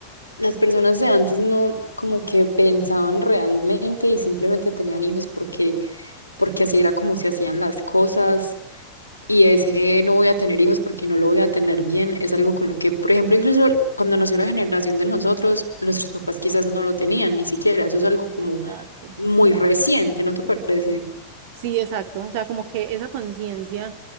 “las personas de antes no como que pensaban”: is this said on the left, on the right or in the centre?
Left